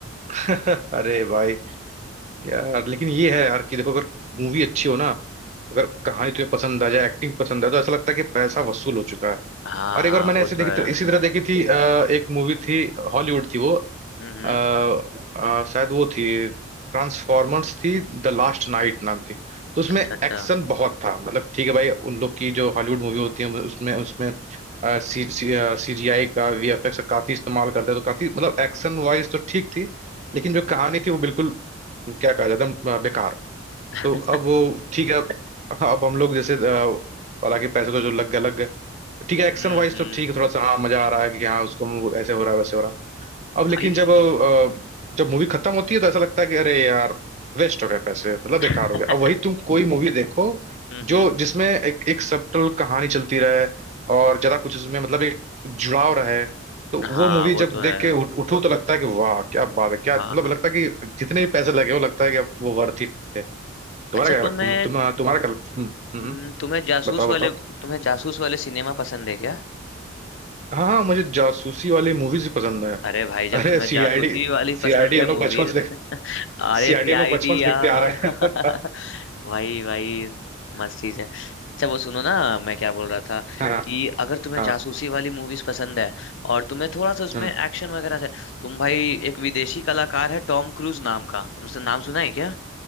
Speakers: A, on the right; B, on the left.
A: <laughs> अरे भाई यार लेकिन ये है यार कि देखो अगर मूवी अच्छी हो ना अगर कहानी तुम्हें पसंद आ जाए एक्टिंग पसंद आए तो ऐसा लगता है कि पैसा वसूल हो चुका है
B: हाँ
A: और
B: हाँ
A: एक बार मैंने
B: वो
A: ऐसे
B: तो
A: देखी
B: है
A: इसी तरह देखी थी अ, एक मूवी थी हॉलीवुड थी वो
B: हम्म हम्म
A: अ, अ, शायद वो थी ट्रांसफॉर्मर्स थी द लास्ट नाइट नाम थी तो उसमें
B: अच्छा अच्छा
A: एक्शन बहुत था मतलब ठीक है भाई उन लोग की जो हॉलीवुड मूवी होती है उसमें उसमें सी सीजीआई का वीएफएक्स का काफी इस्तेमाल करते हैं तो काफी मतलब एक्शन वाइज तो ठीक थी लेकिन जो कहानी थी वो बिल्कुल क्या कहा जाए एकदम अ, बेकार
B: <laughs>
A: तो अब वो ठीक है अब हम लोग जैसे अ, हालांकि पैसे तो जो लग गए लग गए ठीक है एक्शन
B: हम्म
A: वाइज
B: हम्म
A: तो ठीक है थोड़ा सा हाँ मजा आ रहा है कि हाँ उसको ऐसे हो रहा है वैसे हो रहा है अब लेकिन
B: भाई
A: जब अ, जब मूवी खत्म होती है तो ऐसा लगता है कि अरे यार वेस्ट हो गया पैसे मतलब बेकार
B: <laughs>
A: हो गया अब वही तुम कोई मूवी <laughs> देखो
B: हम्म हम्म
A: जो जिसमें एक एक सबटल कहानी चलती रहे और ज्यादा कुछ उसमें मतलब एक जुड़ाव रहे तो
B: हाँ
A: वो मूवी
B: वो
A: जब
B: तो
A: देख
B: है
A: के उठ, उठो तो लगता है कि वाह क्या बात है क्या
B: हाँ
A: मतलब
B: हाँ
A: लगता है कि जितने भी पैसे लगे वो लगता है कि वो वर्थ इट है तुम्हारा
B: अच्छा
A: क्या
B: तुम्हें
A: लग- तुम, तुम तुम्हारा क्या लग- हम्म
B: हम्म,
A: हम्म
B: तुम्हें जासूस
A: बताओ
B: वाले
A: बताओ
B: तुम्हें जासूस वाले सिनेमा पसंद है क्या
A: हाँ हाँ मुझे जासूसी वाली मूवीज भी पसंद है
B: अरे भाई जब
A: अरे
B: तुम्हें
A: सीआईडी
B: जासूसी वाली
A: सीआईडी
B: पसंद है
A: हम लोग
B: movies
A: बचपन से
B: <laughs> are
A: सीआईडी
B: S
A: लोग
B: I
A: बचपन
B: D
A: से
B: यार
A: देखते आ रहे
B: <laughs>
A: हैं <laughs>
B: भाई भाई मस्त चीज है अच्छा वो सुनो ना मैं क्या बोल रहा था कि
A: हाँ
B: अगर तुम्हें
A: हाँ
B: जासूसी वाली मूवीज पसंद है और तुम्हें थोड़ा सा उसमें
A: हम्म
B: एक्शन वगैरह से तुम भाई एक विदेशी कलाकार है टॉम क्रूज नाम का तुमसे नाम सुना है क्या